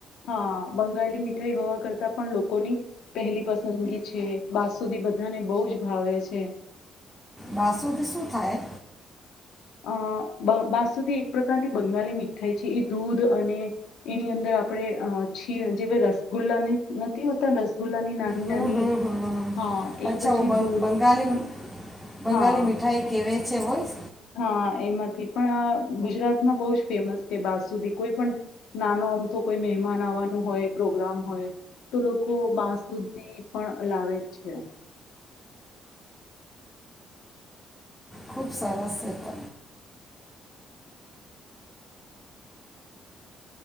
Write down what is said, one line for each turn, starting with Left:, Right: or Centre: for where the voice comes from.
Left: હા બંગાલી મીઠાઈ હોવા કરતા પણ લોકોની પહેલી પસંદગી છે બાસુધી બધ <unintelligible> બહુ જ ભાવે છે.
Centre: બાસુથી શું થાય?
Left: અ બાસુધી એક પ્રકારની બંગાલી મીઠાઈ છે, એ દૂધ અને એની અંદર આપણે છીણ જે રસગુલ્લાને નથી હોતા રસગુલ્લા ની નાની
Centre: હમ
Left: નાની
Centre: હમ હમ હમ.
Left: હા એ
Centre: અચ્છા
Left: પછી
Centre: ઓ બંગ-
Left: દૂર
Centre: બંગાળી બંગાળી
Left: હા
Centre: મીઠાઈ કહેવે છે વોઇસ
Left: હા એમાંથી પણ આ ગુજરાતમાં બહુ જ ફેમસ છે બાસુદી કોઈ પણ નાનો અમથો કોઈ મહેમાન આવવાનું હોય પ્રોગ્રામ હોય તો લોકો બાસુદી પણ લાવે જ છે.
Centre: ખુબ સરસ એત